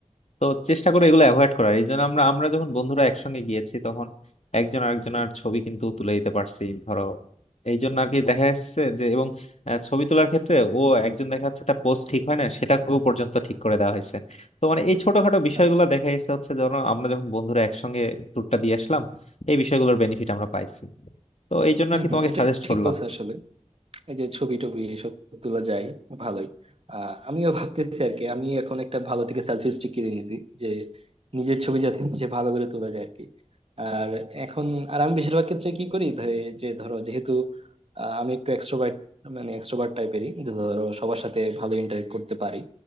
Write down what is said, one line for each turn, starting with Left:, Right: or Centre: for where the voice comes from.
Left: তো চেষ্টা করে এগুলো অ্যাভয়েড করার এই জন্য আমরা আমরা যখন বন্ধুরা একসঙ্গে গিয়েছি তখন একজন আরেকজনের ছবি কিন্তু তুলে দিতে পারছি ধরো এই জন্য আর কি দেখা যাচ্ছে যে এবং আহ, ছবি তোলার ক্ষেত্রে ও একজন দেখা যাচ্ছে তার পোস্ট ঠিক হয় না সেটা ও পর্যন্ত ঠিক করে দেওয়া হয়েছে তো মানে এই ছোটখাটো বিষয়গুলো
Right: আচ্ছা
Left: দেখা যাচ্ছে হচ্ছে ধরো আমরা যখন বন্ধুরা একসঙ্গে ট্যুরটা দিয়ে আসলাম এই বিষয়গুলোর বেনিফিট আমরা পাইছি তো এই জন্য
Right: হুম
Left: আর কি
Right: হুম
Left: তোমাকে
Right: এটা
Left: সাজেস্ট
Right: ঠিক
Left: করলাম
Right: বলছো আসলে এই যে ছবি টবি এসব গুলো যাই ভালোই আহ আমিও ভাবতেছি আর কি আমি এখন একটা ভালো থেকে সেলফি স্টিক কিনে নিয়েছি যে নিজের ছবি যাতে নিজে ভালো করে তোলা যায় আর কি আর এখন আর আমি বেশিরভাগ ক্ষেত্রে কি করি ধ- যে ধরো যেহেতু আহ, আমি একটু এক্সট্রোভার্ট মানে এক্সট্রোভার্ট টাইপেরই যে ধরো সবার সাথে ভালো ইন্টারেক্ট করতে পারি